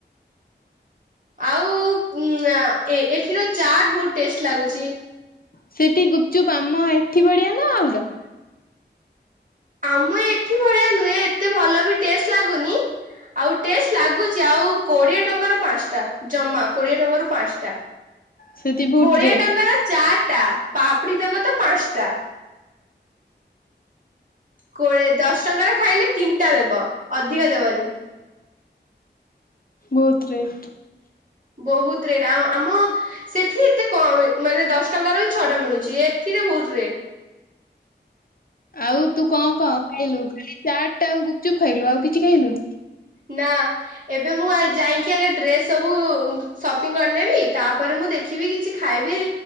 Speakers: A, on the right (about 45°); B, on the left (about 50°).
A: ଆଉ ଉମ୍ ଆଁ ଏଠିର ଚାଟ୍ ବୋହୁତ୍ ଟେଷ୍ଟ୍ ଲାଗୁଛି।
B: ସେଠି ଗୁପ୍ ଚୁପ୍ ଆମ ଏଠି ବଢ଼ିଆ ନା ଅଲଗା?
A: ଆମ ଏଠି ଭଳିଆ ନୁହେଁ ଏତେ ଭଲ ବି ଟେଷ୍ଟ୍ ଲାଗୁନି। ଆଉ ଟେଷ୍ଟ୍ ଲାଗୁଛି ଆଉ କୋଡିଏ ଟଙ୍କାର ପାଁସ୍ ଟା ଜମା କୋଡିଏ ଟଙ୍କାରୁ ପାଁସ୍ ଟା।
B: ସେଠି ବହୁତ
A: କୋଡ଼ିଏ
B: ରେଟ୍।
A: ଟଙ୍କାର ଚାଟ୍ ଟା ପାପଡ଼ି ଦବ ତ ପାଁସ୍ ଟା। କୋଡି଼ଏ ଦଶ୍ ଟଙ୍କାର ଖାଇଲେ ତିନିଟା ଦେବ ଅଧିକ ଦେବନି।
B: ବୋହୁତ୍ ରେଟ୍।
A: ବୋହୁତ୍ ରେଟ୍ ଆ-ଆମ ସେଠି ଏତେ କମେ ମାନେ ଦଶ୍ ଟଙ୍କାର ବି ଛଅଟା ମିଳୁଛି। ଏଠିରେ ବୋହୁତ୍ ରେଟ୍।
B: ଆଉ ତୁ କଣ କଣ ଖାଇଲୁ ଖାଲି ଚାଟ୍ ଆଉ ଗୁପ୍ ଚୁପ୍ ଖାଇଲୁ ଆଉ କିଛି ଖାଇଲୁ?
A: ନା ଏବେ ମୁଁ ଯାଇକି ଆ ଡ୍ରେସ୍ ସବୁ ସପିଂ କରିନେବି ତାପରେ ମୁଁ ଦେ ଦେଖିବି କିଛି ଖାଇବି।